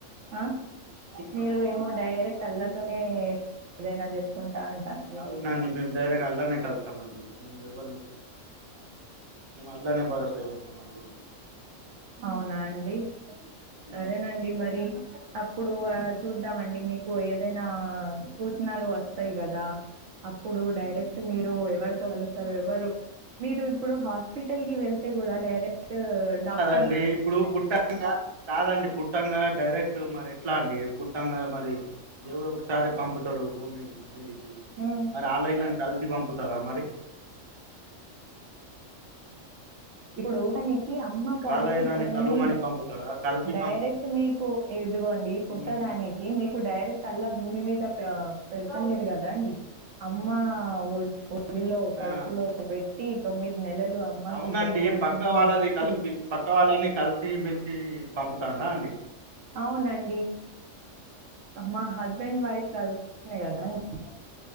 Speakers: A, on the right (about 70°); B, on the right (about 25°).
A: ఆ
B: ఉమ్.
A: మీరు ఏమో డైరెక్ట్ అల్లాతోనే ఏదైనా చెప్పుకుంటా అంటారండి
B: అవునాండి మేము డైరక్ అల్లానే కలుస్తాం ల్ మేము అల్లానే భరోసా చేస్తామ అండి
A: అవునా అండి
B: ఉమ్,
A: సరేనండి మరి ఆ ఇప్పుడు చూద్దామండి మీకు ఏదైనా సూచనాలు వస్తాయి కదా అప్పుడు డైరెక్ట్
B: ఉమ్.
A: మీరు ఎవరితో కలుస్తారు ఎవరు మీరు ఇప్పుడు హస్ హాస్పిటల్ కి వెళ్తే కూడా డైరెక్ట్ డాక్
B: అండి ఇప్పుడు పుట్టంగా కాదండి పుట్టంగా డైరెక్ట్ మరి ఎట్లా అండి పుట్టంగా మరి దేవుడు ఒకసారే పంపుతాడు భూమి మీదికి
A: ఉమ్,
B: మరి ఆళ్ల ఇళ్ల కలిసి సి పంపుతార మరి
A: ఇప్పుడు దానికి అమ్మ కడుపుతోని
B: వాళ్ళ ఇళ్ళని కలువమని పంపుతాడా కలిపి
A: డైరెక్ట్
B: పంపు
A: మీకు ఎదుగోండి పుట్టడానికి
B: ఉమ్.
A: మీకు డైరెక్ట్ అల్లా భూమి మీద పెడతలేరు కదా అండి అమ్మ ఓ ఓడిలో కడుపులో
B: ఆ,
A: పెట్టి తొమ్మిది నెలలు అమ్మకి
B: అవునండి
A: గర్భ
B: పక్క
A: సంచిలో
B: వాళ్ళది
A: ఉంచి
B: కలిపి పక్క వాళ్ళని కలిసి మెలిసి పంపుతాండా అండి
A: అవునండి మా హస్బెండ్ వైఫ్ కలుస్తేనే కదా ఒ